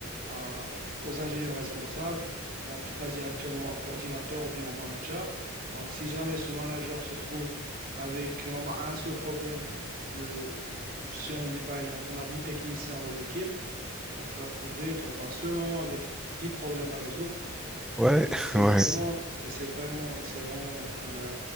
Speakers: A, on the right; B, in the centre.
A: à- aux ingénieurs responsables, donc qui passent directement au coordinateur ou bien au manager. Donc si jamais ce manager se trouve avec euh, bah, un seul problème de, si on dit par exemple, on a 10 techniciens dans l'équipe, donc tu vas te trouver dans un seul moment avec 10 problèmes à résoudre.
B: Ouais,
A: Et
B: <laughs>
A: c'est
B: ouais.
A: vraiment, et c'est vraiment, et c'est vraiment, euh,